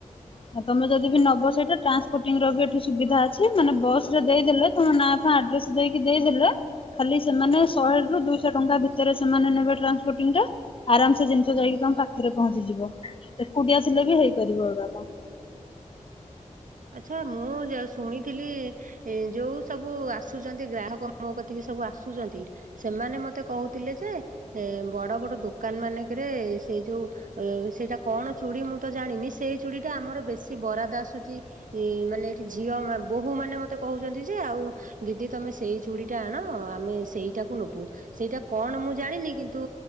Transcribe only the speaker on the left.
ଆଉ ତମେ ଯଦି ବି ନବ ସେଇଟା ଟ୍ରାନ୍ସପୋର୍ଟିଂ ର ବି ଏଠି ସୁବିଧା ଅଛି ମାନେ ବସ ରେ ଦେଇଦଲେ ତମ ନାଁ ଫା ଆଡ୍ରେସ ଦେଇକି ଦେଇଦେଲେ ଖାଲି ସେମାନେ ଶହେ ରୁ ଦୁଇଶହ ଟଙ୍କା ଭିତରେ ସେମାନେ ନେବେ ଟ୍ରାନ୍ସପୋଟିଂ ଟା ଆରାମ ସେେ ଜିନିଷ ଯାଇକି ତମ ପାଖରେ ପହଞ୍ଚିଯିବ ଏକୁଟିି ଥିଲେବି ବି ହେଇପାରିବ ଏଉରାକ।